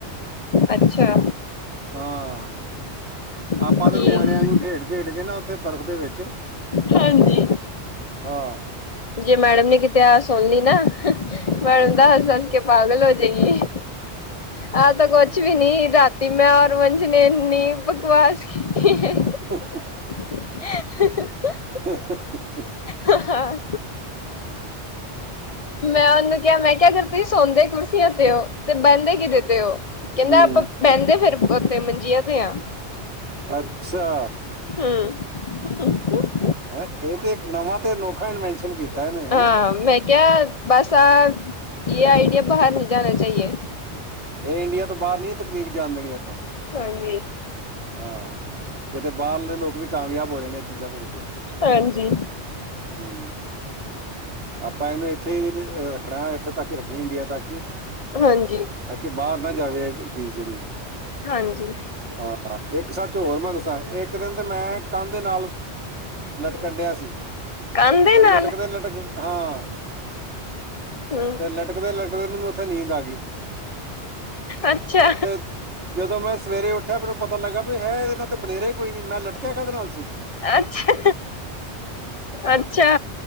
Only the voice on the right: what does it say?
ਹਾਂ ਆਪਾਂ
ਤੇ ਨਿਆਣਿਆ ਵਾਂਗੂੰ ਖੇਡ ਖੇਡ ਕੇ ਨਾ। ਤੇ ਬਰਫ਼ ਦੇ ਵਿੱਚ।
ਹਾਂ।
ਹੂੰ
ਹਹ।
ਹੂੰ।
ਹੂੰ
ਅੱਛਾ।
ਹੈ ਇਹ ਤੇ ਇੱਕ ਨਵਾਂ ਤੇ ਅਨੋਖਾ ਇਨਵੈਸ਼ਨ ਕੀਤਾ ਇਹਨੇ ਹਨਾ।
ਇਹ ਇੰਡੀਆ ਤੋਂ ਬਾਹਰ ਨਹੀਂ ਇਹ ਤਕਨੀਕ ਜਾਣ ਦੇਣੀ ਆਪਾਂ।
ਹਾਂ ਕਿਤੇ ਬਾਹਰਲੇ ਲੋਕ ਵੀ ਕਾਮਯਾਬ ਹੋ ਜਾਣੇ ਇਹ ਚੀਜ਼ਾਂ ਸੁਣ ਕੇ।
ਹਮ। ਆਪਾਂ ਇਹਨੂੰ ਇੱਥੇ ਰੱਖਣਾ ਇੱਥੋਂ ਤੱਕ ਹੀ ਰੱਖਣੀ ਇੰਡੀਆ ਤੱਕ ਹੀ।
ਤਾਂ ਕਿ ਬਾਹਰ ਨਾ ਜਾਵੇ ਇਹ ਚੀਜ਼ ਜਿਹੜੀ ਹੈ।
ਹਾਂ ਇੱਕ ਸੱਚ ਹੋਰ ਮੈਂ ਦੱਸ ਇੱਕ ਦਿਨ ਤੇ ਮੈਂ ਕੰਧ ਨਾਲ ਲਟਕੰਡਿਆ ਸੀ
ਤੇ
ਲਟਕਦੇ ਲਟਕਦੇ ਹਾਂ।
ਤੇ ਲਟਕਦੇ ਲਟਦੇ ਮੈਨੂੰ ਉਓਥੇ ਨੀਂਦ ਆ ਗਈ।
ਤੇ ਜਦੋਂ ਮੈਂ ਸਵੇਰੇ ਉੱਠਿਆ ਮੈਨੂੰ ਪਤਾ ਲੱਗਾ ਵੀ ਹੈ ਇਹਦੇ ਨਾਲ ਤੇ ਬਨੇਰੇ ਕੋਈ ਨੀ ਮੈਂ ਲਟਕਿਆ ਕਾਹਹਦੇ ਨਾਲ ਸੀ।